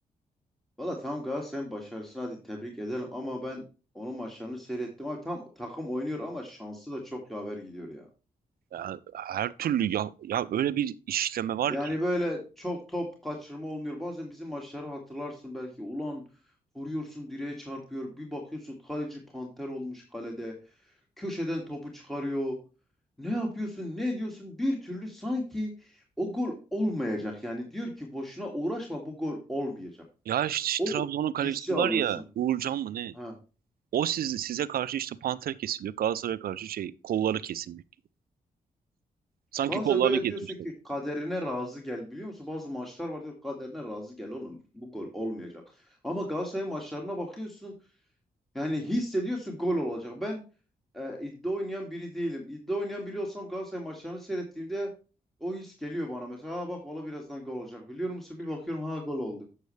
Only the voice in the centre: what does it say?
Valla tamam Galatasaray'ın başarısını hadi tebrik edelim ama ben onun maçlarını seyrettim abi tam takım oynuyor ama şansı da çok yaver gidiyor ya.
Yani
böyle çok top kaçırma olmuyor bazen bizim maçları hatırlarsın belki ulan vuruyorsun direğe çarpıyor bir bakıyorsun kaleci panter olmuş kalede. köşeden topu çıkarıyor. Ne yapıyorsun, ne ediyorsun? Bir türlü sanki o gol olmayacak. Yani diyor ki boşuna uğraşma bu gol olmayacak.
O
hissi alıyorsun.
Ha.
Bazen
böyle
diyorsun ki kaderine razı gel biliyor musun? Bazı maçlar var diyor kaderine razı gel oğlum bu gol olmayacak. Ama Galatasaray maçlarına bakıyorsun yani hissediyorsun gol olacak. Ben e, iddia oynayan biri değilim. İddia oynayan biri olsam Galatasaray maçlarını seyrettiğimde o his geliyor bana. Mesela "Ha bak valla birazdan gol olacak biliyor musun? Bir bakıyorum ha gol oldu.